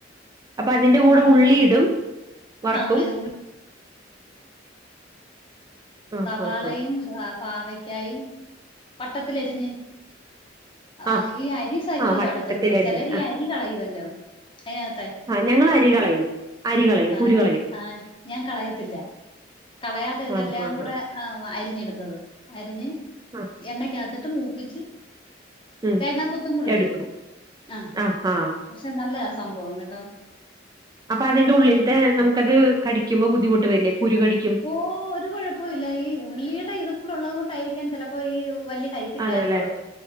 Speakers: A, on the right; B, on the left.
A: അപ്പൊ അതിന്റെ കൂടെ
B: ആഹ്
A: ഉള്ളി ഇടും വറക്കും.
B: ആഹ് ഉള്ളി ഉള്ളി
A: ആഹ്
B: സവാളയും
A: ആഹ് ആഹ്
B: പാവക്കായും വട്ടത്തില് എരിഞ്ഞ്. ആ
A: ആഹ്
B: ഈ അരി സഹിതമാണ്
A: ആഹ് വട്ടത്തിലരിഞ്ഞ്
B: എടുക്കുന്നത്. ചെലര് ഈ അരി കളയുമല്ലോ. അയ്നകത്തെ,
A: ആ ഞങ്ങള് അരി കളയും. അരി കളയും
B: ആ്
A: കുരു കളയും
B: ആഹ ഞാൻ കളയത്തില്ല കളയാതെ ഇതെല്ലാം
A: ആഹ് ആഹ്
B: കൂടെ, ആ അരിഞ്ഞിടുന്നത് അരിഞ്ഞ്
A: ആഹ്
B: എണ്ണക്കകത്തിട്ട് മൂപ്പിച്ച്
A: ഉം
B: തേങ്ങാ കൊത്തും കൂടി ഇടുവേ.
A: എടുക്കും
B: ആ
A: ആഹ് ആഹ്
B: പക്ഷെ നല്ലതാ സംഭവം കേട്ടോ.
A: അപ്പൊ അതിന്റെ ഉള്ളിലത്തെ നമുക്ക്ത് കടിക്കുമ്പോ ബുദ്ധിമുട്ട് വരില്ലേ കുരു കടി
B: ഓ ഒരു കുഴപ്പ ഇല്ല, ഈ ഉള്ളിയുടെ ഇത് കൂടെ ഉള്ളത് കൊണ്ടായിരികാം ചെലപ്പോ ഈ വലിയ കൈപ്പ് ഇല്ലാത്തത്
A: അതെല്ലേ